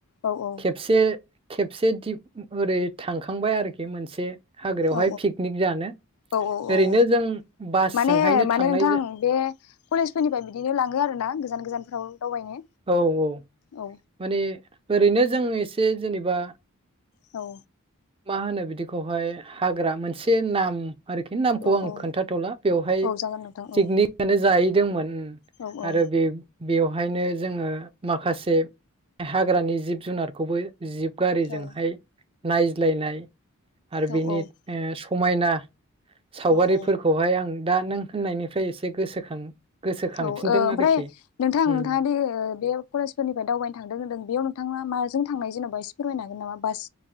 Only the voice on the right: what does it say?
खेबसे खेबसे दि ओरै थांखांबाय आरोखि मोनसे हाग्रायावहाय
पिकनिक जानो
ओरैनो
जों बासजोंहायनो
थांनाय
जा
औ औ
माने ओरैनो जों एसे जेनेबा
मा होनो बिदिखौहाय हाग्रा मोनसे नाम आरखि नामखौ
आं
खोन्थाथला बेवहाय
पिकनिकआनो
जाय दोंमोन ओम
आरो बे बेवहायनो जोङो माखासे हाग्रानि जिब जुनारखौबो जिब गारिजोंहाय
नायज ज्लायनाय आरो
बिनि ओ स समायना सावगारिफोरखौहाय
आं दा नों होननायनिफ्राय एसे गोसोखां गोसोखांफिनदों
आरोखि
उम